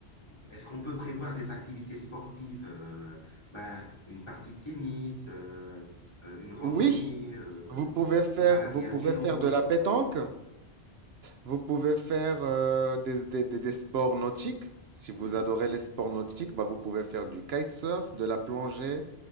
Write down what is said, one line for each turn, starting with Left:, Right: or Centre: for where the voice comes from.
Left: euh, est-ce qu'on peut prévoir des activités sportives, euh, ben, une partie de tennis, euh, euh, une randonnée,
Right: Oui,
Left: euh,
Right: Vous pouvez faire,
Left: se balader
Right: vous pouvez
Left: à vélo?
Right: faire de
Left: euh,
Right: la pétanque, vous pouvez faire euh, des, des- des- des sports nautiques. Si
Left: Oui.
Right: vous adorez les sports nautiques, bah, vous pouvez faire du kitesurf, de la plongée,